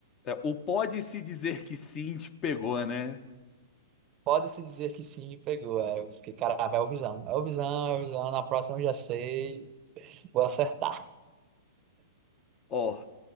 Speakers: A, on the left; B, on the right.
A: É, o pode-se dizer que sim te pegou, né?
B: pode-se dizer que sim, me pegou. Aí eu fiquei, caramba, é o Visão, é o Visão, é o Visão, na próxima eu já sei, vou acertar.
A: Ó.